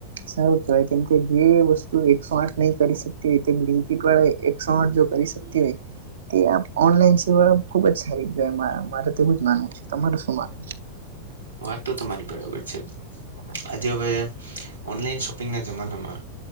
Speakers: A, on the right; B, on the right.
A: સારું કેહેવાય. કેમ કે જે વસ્તુ એકસો આઠ નહી કરી શકતી હોય, તે <unintelligible> એકસો આઠ જો કરી શકતી હોય, તે આ ઓનલાઈન સેવા ખુબ જ સારી કેવાય મારે તેવું જ માનવું છે. તમાર શું માનવું છે?
B: વાત તો તમારી બરાબર છે. આજે હવે, ઓનલાઈન શોપિંગના જમાનામાં